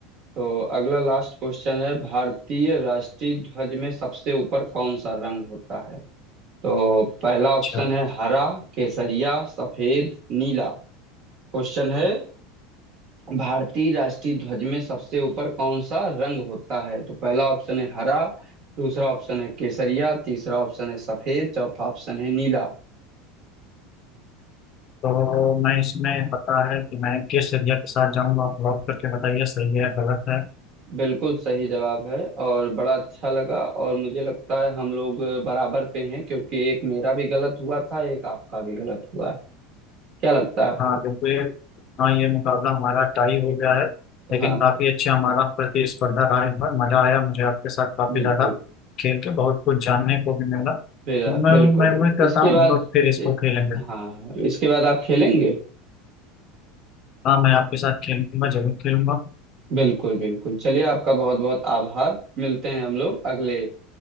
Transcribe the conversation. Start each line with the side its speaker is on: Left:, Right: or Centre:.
Right: तो अगला लास्ट क्वेश्चन है भारतीय राष्ट्रीय ध्वज में सबसे ऊपर कौन सा रंग होता है तो पहला ऑप्शन
Left: अच्छा
Right: है हरा केसरिया सफेद नीला क्वेश्चन है भारतीय राष्ट्रीय ध्वज में सबसे ऊपर कौन सा रंग होता है तो पहला ऑप्शन है हरा दूसरा ऑप्शन है केसरिया तीसरा ऑप्शन है सफेद चौथा ऑप्शन है नीला
Left: तो मैं इसमें पता है कि मैं किस एरिया के साथ जाऊंगा आप लॉक करके बताइए सही है गलत है
Right: बिल्कुल सही जवाब है और बड़ा अच्छा लगा और मुझे लगता है हम लोग बराबर पे हैं क्योंकि एक मेरा भी गलत हुआ था एक आपका भी गलत हुआ है क्या लगता है आपको
Left: हाँ बिल्कुल ये हाँ ये मुकाबला हमारा टाई हो गया है लेकिन
Right: हाँ
Left: काफ़ी अच्छा हमारा प्रतिस्पर्धा रहा इस बार मज़ा आया मुझे आपके साथ काफ़ी
Right: बिल्कुल
Left: ज़्यादा खेल के बहुत कुछ जानने को भी मिला तो
Right: बिल्कुल
Left: मैं
Right: बिल्कुल
Left: मैं
Right: बिल्कुल
Left: उम्मीद करता
Right: इसके
Left: हूँ हम
Right: बाद
Left: लोग फिर इसको खेलेंगे
Right: हाँ इसके बाद आप खेलेंगे
Left: हाँ मैं आपके साथ खेलूंगा जरूर खेलूंगा
Right: बिल्कुल बिल्कुल चलिए आपका बहुत बहुत आभार मिलते हैं हम लोग अगले